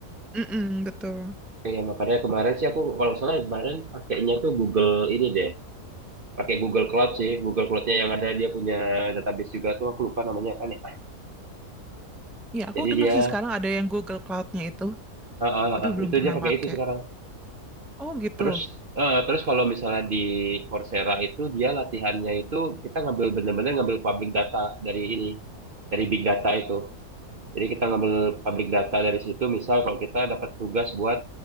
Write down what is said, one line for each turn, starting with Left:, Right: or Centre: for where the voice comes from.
Centre: Mm-mm, betul.
Right: Iya, makanya kemarin sih aku kalau nggak salah kemarin pakainya tuh Google ini deh. Pakai Google Cloud sih. Google Cloud-nya yang ada dia punya database juga tuh aku lupa namanya kan ya.
Centre: Ya, aku
Right: Jadi
Centre: dengar
Right: dia
Centre: sih sekarang ada yang Google Cloud-nya itu,
Right: ah, ah,
Centre: tapi
Right: ah,
Centre: belum
Right: itu
Centre: pernah
Right: dia pakai
Centre: pakai.
Right: itu sekarang.
Centre: Oh, gitu.
Right: Terus eh, terus kalau misalnya di Coursera itu dia latihannya itu kita ngambil bener-bener ngambil public data dari ini, dari big data itu. Jadi kita ngambil pabrik data dari situ, misal kalau kita dapat tugas buat